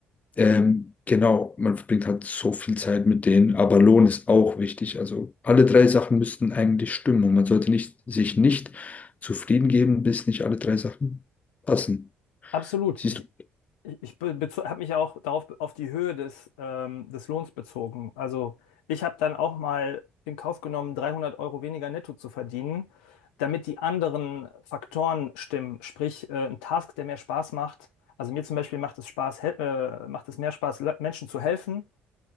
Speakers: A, on the left; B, on the left.
A: ähm, genau, man verbringt halt so viel Zeit mit denen, aber Lohn ist auch wichtig. Also alle drei Sachen müssten eigentlich stimmen und man sollte nicht, sich nicht zufrieden geben, bis nicht alle drei Sachen passen.
B: absolut.
A: Siehst
B: Ich,
A: du?
B: Ich, ich habe mich auch darauf auf die Höhe des, ähm, des Lohns bezogen. Also ich habe dann auch mal in Kauf genommen, 300 Euro weniger netto zu verdienen, damit die anderen Faktoren stimmen. Sprich, äh, ein Task, der mehr Spaß macht. Also mir zum Beispiel macht es Spaß, hel- äh, macht es mehr Spaß, Le- Menschen zu helfen